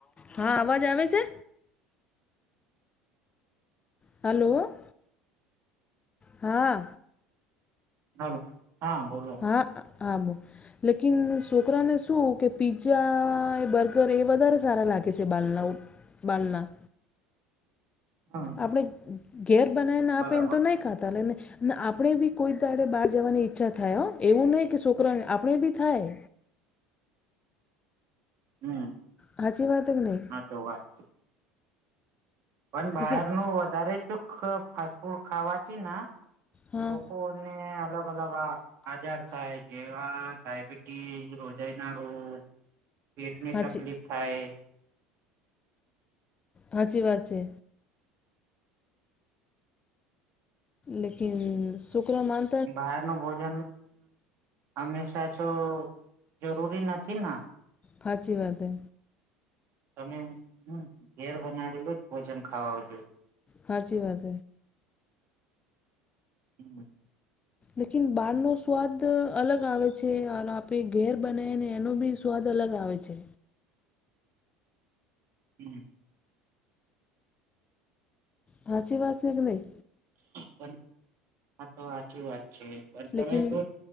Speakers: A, on the left; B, on the right.
A: હા અવાજ આવે છે. હલો હા.
B: હલો હા બોલો.
A: હા આમ. લેકિન છોકરાને શું કે પીઝા બર્ગર એ વધારે સારા લાગે છે બાલલા. બલલા.
B: હમ
A: આપણે ઘેર બનાવીને આપીને
B: બરાબર
A: તો નહી ખાતાને. ના આપણે બી કોઈ તડે બહાર જવાની ઈચ્છા થાય હો એવું નહીં કે છોકરાને આપણે બી થાય.
B: હમ.
A: હાચી વાત હે કે નહીં
B: હા તો વાત છે. પણ બહારનું
A: લેકિન
B: વધારે ચૂક ફાસ્ટ ફૂડ ખાવાથી ના
A: હા
B: લોકો. ને અલગ અલગ આજાર થાય. જેવા ડયાબિટીસ રોજાઈ ના રોગ પેટની
A: સાચી
B: તકલીફ થાય.
A: હાચી વાત છે. લેકીન શુક્ર માન
B: બહાર નો ભોજ જ હમેશા શ જરૂરી નથી ના.
A: હાચી વાત હે
B: તમે હ ઘેર બનાડલું જ ભોજન ખાવાજો.
A: હાચી વાત.
B: <unintelligible>
A: લેકીન બાર નુ સ્વાદ અલગ આવે છે અને આપે ઘેર બનાયે ને એનો બી સ સ્વાદ અલગ આવે છે.
B: હમ.
A: હાચી વાત છે કે નહી.
B: પન આ તો હાચી વાત છે પણ તમે
A: લેકિન
B: તો <unintelligible>